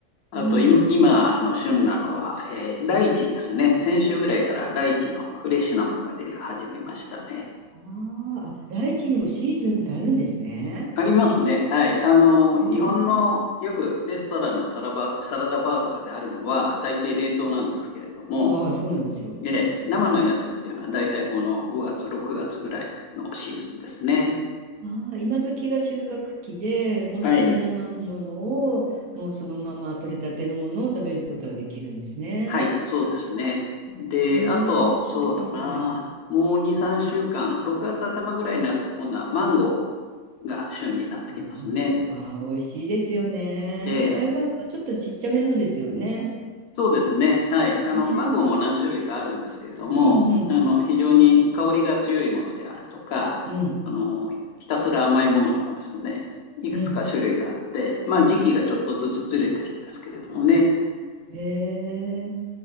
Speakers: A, on the left; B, on the right.
A: あと今、
B: うん。
A: 今の旬なのは、えーライチですね。先週ぐらいからライチのフレッシュなものが出始めましたね。
B: あーあ、ライチにもシーズンってあるんですね。
A: ありますね。はい。あの、日本のよくレストランのサラバ、
B: へえ。
A: サラダバーとかであるのは、大抵冷凍なんですけれども、
B: はい、そうなんですよ。
A: ええ生のやつっていうのは、大体この5月、6月ぐらいのシーズンですね。
B: ああ、今時が収穫期で、本当に生のものを、
A: はい。
B: もうそのまま取れたてのものを食べることができるんですね。
A: はい、そうですね。で、
B: へえ、
A: あと、
B: それ食べてみたい。
A: そうだな。もう2、3週間、6月頭ぐらいになると、今度はマンゴーが旬になってきますね。
B: マンゴー、ああ、美味しいですよね。
A: ええ、
B: 台湾のはちょっとちっちゃめのですよね。
A: そうですね。はい。あの、
B: ね。
A: マンゴーも何種類かあるんですけれども、
B: うんうん、
A: あの、非常に香りが強いものであるとか、
B: うん、
A: あの、ひたすら甘いものとかですね。いくつか種類があって、
B: うん。
A: まあ、時期がちょっとずつずれてるんですけれどもね。
B: へえ、